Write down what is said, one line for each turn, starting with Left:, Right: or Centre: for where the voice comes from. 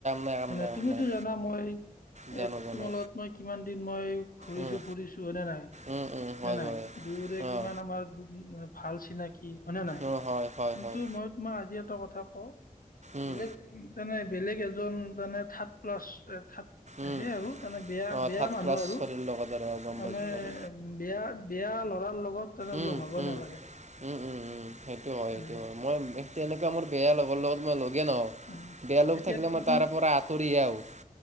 Right: নাই
Left: মানে
Right: নাই কাম
Left: তুমিতো
Right: নাই
Left: জানা মই এ
Right: জানো জানো
Left: তোমাৰ লগত মই কিমান দিন মই ঘুৰিছো
Right: উম
Left: ফুৰিছো হয়নে নাই?
Right: উম উম হয়
Left: নাই নাই
Right: হয়
Left: দুয়োৰে
Right: অঁ
Left: কিমান আমাৰ <unintelligible> ভাল চিনাকি হয়নে নাই
Right: অঁ হয় হয়
Left: কিন্তু
Right: হয়
Left: মই তোমাক আজি এটা কথা কওঁ
Right: উম
Left: বেলেগ তানাই বেলেগ এজন মানে থাৰ্ড প্লাছ থাত
Right: উম
Left: সে আৰু তানে বেয়া
Right: অঁ
Left: বেয়া
Right: থাৰ্ড
Left: মানুহ
Right: ক্লাছ
Left: আৰু
Right: ছোৱালীৰ লগত আৰু অঁ, গম
Left: মানে
Right: পাইছোঁ বাৰু
Left: বেয়া বিয়া ল'ৰাৰ লগত লগ তানে
Right: উম
Left: হ'ব
Right: উম
Left: নালাগে
Right: উম উম উম সেইটো হয়
Left: জানলি
Right: সেইটো হয় মই তেনেকুৱা মোৰ বেয়া ল লগত মই লগে ন
Left: উম
Right: বেয়া লগ
Left: এতিয়া
Right: থাকিলে
Left: তুমি
Right: মই
Left: কি
Right: তাৰ পৰা আঁতৰি আহেও <inaudible>